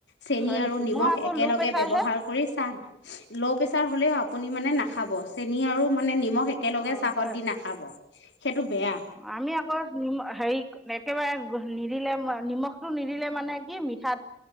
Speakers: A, on the left; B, in the centre.
A: চেনি
B: হয়
A: আৰু
B: নেকি
A: নিমখ
B: মই আকৌ
A: একেলগে
B: ল' প্ৰেছাৰহে
A: ব্যৱহাৰ কৰি চাহ ল' প্ৰেছাৰ হ'লেও আপুনি মানে নাখাব। চেনি আৰু মানে নিমখ একেলগে
B: অ'
A: চাহত
B: হয়,
A: দি নাখাব সেইটো বেয়া
B: আমি আকৌ নি হেৰি একেবাৰে নিদিলে নিমখটো নিদিলে মানে কি মিঠা